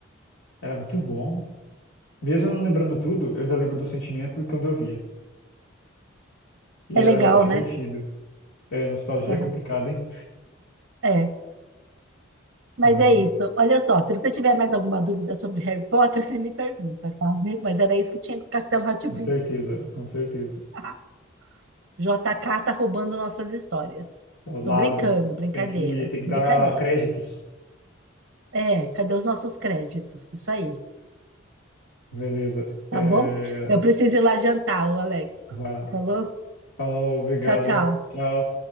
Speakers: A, on the left; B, on the right.
A: era muito bom. Mesmo eu não lembrando tudo, eu ainda lembro do sentimento do quando eu via. E
B: É
A: era
B: legal,
A: divertido.
B: né?
A: É, nostalgia
B: Aham,
A: é complicada, hein?
B: É. Mas
A: Não,
B: é isso. Olha só, se você tiver mais alguma dúvida sobre Harry Potter, <laughs> você me pergunta, tá? Mas era isso que tinha com Castelo rá tim.
A: com certeza, com certeza.
B: <laughs> JK tá roubando nossas histórias.
A: Ladra.
B: Tô brincando, brincadeira,
A: Tem que, tem que
B: brincadeira.
A: dar créditos.
B: É, cadê os nossos créditos? Isso aí,
A: Beleza.
B: tá
A: É,
B: bom? Eu preciso ir lá jantar, o Alex.
A: vai lá.
B: Falou?
A: Falou, obrigado.
B: Tchau, tchau.
A: Tchau.